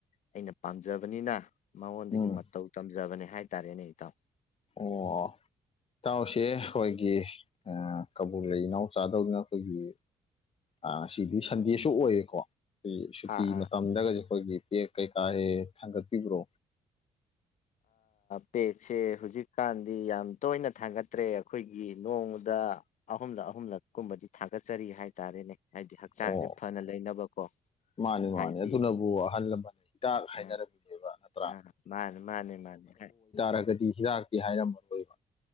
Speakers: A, on the left; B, on the left.
A: ꯑꯩꯅ ꯄꯥꯝꯖꯕꯅꯤꯅ ꯃꯉꯣꯟꯗꯒꯤ
B: ꯎꯝ
A: ꯃꯇꯧ ꯇꯝꯖꯕꯅꯦ ꯍꯥꯏ ꯇꯔꯦꯅꯦ ꯏꯇꯥꯎ
B: ꯑꯣ ꯏꯇꯥꯎꯁꯦ ꯑꯩꯈꯣꯏꯒꯤ ꯀꯕꯨ꯭ꯔ ꯂꯩ ꯏꯅꯥꯎꯆꯥꯥꯗꯧꯅ ꯑꯩꯈꯣꯏꯒꯤ ꯑ ꯁꯤꯗꯤ ꯁꯟꯗꯦꯁꯨ ꯑꯣꯏꯌꯦꯀꯣ ꯑꯩꯈ ꯁꯨꯇꯤ
A: ꯑꯥ
B: ꯃꯇꯝꯗꯒ ꯑꯩꯈꯣꯏꯒꯤ ꯄꯦꯛ ꯀꯩꯀꯥ ꯍꯦ ꯊꯥꯡꯒꯠꯄꯤꯕ꯭ꯔꯣ
A: ꯄꯦꯛꯁꯦ ꯍꯧꯖꯤꯛꯀꯥꯟꯗꯤ ꯌꯥꯝ ꯇꯣꯏꯅ ꯊꯥꯡꯒꯠꯇ꯭ꯔꯦ ꯑꯩꯈꯣꯏꯒꯤ ꯅꯣꯡꯃꯗ ꯑꯍꯨꯝꯂꯛ ꯑꯍꯨꯝꯂꯛ ꯀꯨꯝꯕꯗꯤ ꯊꯥꯒꯠꯆꯔꯤ ꯍꯥꯏꯇꯥꯔꯦꯅꯦ ꯍꯥꯏꯗꯤ ꯍꯛꯆꯥꯡꯁꯦ
B: ꯑꯣ
A: ꯐꯅ ꯂꯩꯅꯕꯀꯣ
B: ꯃꯥꯅꯤ
A: ꯍꯥꯏꯗꯤ
B: ꯃꯥꯅꯦ ꯑꯗꯨꯅꯕꯨ ꯑꯍꯜ ꯂꯃꯟꯅ ꯍꯤꯗꯥꯛ
A: ꯑ
B: ꯍꯥꯏꯅꯔꯝꯃꯤꯅꯦꯕ ꯅꯠꯇ꯭ꯔꯥ
A: ꯑ ꯃꯥꯅꯤ ꯃꯥꯅꯤ ꯃꯥꯅꯤ ꯍꯥꯏ
B: ꯍꯥꯏꯔꯒꯗꯤ ꯍꯤꯗꯥꯛꯇꯦ ꯍꯥꯏꯔꯝꯃ ꯂꯣꯏꯕ